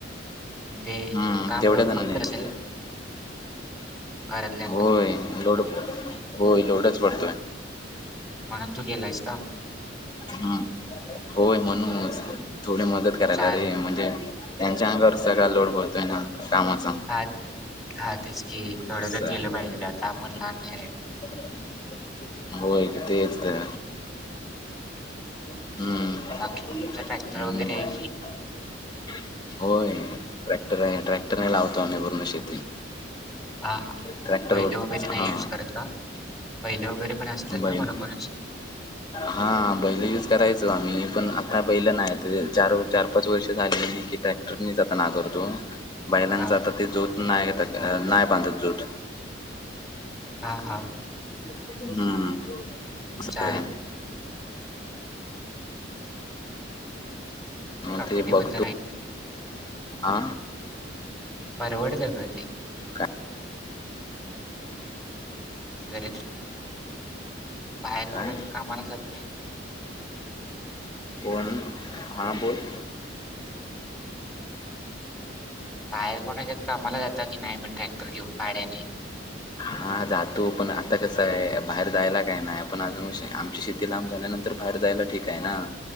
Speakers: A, in the centre; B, on the left (about 25°).
A: ते
B: हम्म
A: काम
B: तेवढ्या
A: लोड
B: जणांनी
A: पडत
B: आहेत
A: असेल ना? घरातल्यांना
B: होय लोड - होय लोडच पडतोय.
A: म्हणून तू गेलायस का?
B: हम्. होय म्हणून थोडी मदत करायला
A: चालेल
B: रे. म्हणजे त्यांच्या अंगावरच सगळा लोड पडतोय ना कामचा.
A: हा- हा तेच- कि थोडं
B: असं
A: जर केलं
B: आहे.
A: पाहिजे तर आता आपण लहानाय
B: <unintelligible> होय तेच तर
A: <inaudible>
B: हम्म.
A: बाकी मग तुमचा ट्रॅक्टर
B: हम्.
A: वगैरे आहे की
B: होय. ट्रॅक्टर आहे. ट्रॅक्टर ने लावतो आम्ही पूर्ण शेती.
A: हा
B: ट्रॅक्टर
A: बैले वगैरे
B: हा
A: नाही युज करत का? बैल वगैरे पण असतात
B: बैल
A: ना कोणा-कोणाची.
B: हा बैल युज करायचो आम्ही पण आता बैल नाही ते चार -चार -पाच वर्ष झाली <unintelligible> ट्रॅक्टर निच आता नांगरतो <inaudible> बैलांच
A: हा
B: आता ते ज्योत नाही, नाही बांधत ज्योत
A: हा हा.
B: हम्म.
A: तुमचा
B: असं आहे मग
A: प्रॉफिटेबल
B: ते बघतो
A: तर आहे
B: आ..
A: परवडतय का ते?
B: काय? ह <unintelligible>
A: वगरे <unintelligible> बाहेर
B: काय
A: कोणाकडे कामाला जात नाहीत.
B: कोण? हा बोल.
A: बाहेर कोणाच्यात कामाला जाता की नाही मग ट्रॅक्टर घेऊन भाड्याने?
B: हा जातो पण आता कसं आहे बाहेर जायला काही नाही पण अजून आमची शेती ते लांब झाल्यानंतर बाहेर जायला ठीक आहे ना.